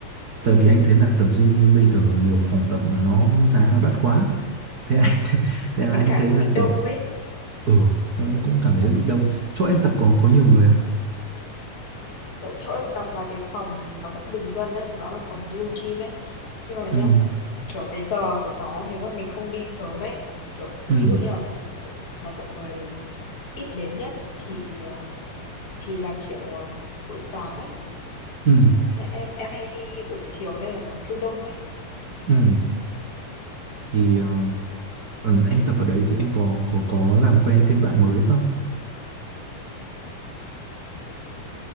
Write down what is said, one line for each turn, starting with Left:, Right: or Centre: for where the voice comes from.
Right: tại vì anh thấy là tập gym bây giờ nhiều phòng tập mà nó giá nó đắt quá thế anh <laughs> thế là
Left: với
Right: anh
Left: cả
Right: thấy là
Left: bị đông
Right: kiểu
Left: ấy
Right: ừ cũng cũng cảm thấy
Left: đó.
Right: bị đông chỗ em tập có có nhiều người không
Left: Kiểu chỗ em tập là cái phòng nó cũng bình dân đấy nó là phòng blue gym ấy nhưng mà
Right: ừ
Left: nhá kiểu cái giờ của nó nếu mà mình không đi sớm ấy kiểu
Right: ừ
Left: ví dụ như là mà mọi người ít đến nhất thì ờ, thì là kiểu ờ, buổi sáng ấy
Right: ừ
Left: Thế em em hay đi buổi chiều nên là nó siêu đông ấy
Right: ừ thì ờ, ừ, em tập ở đấy thì em có có có làm quen thêm bạn mới không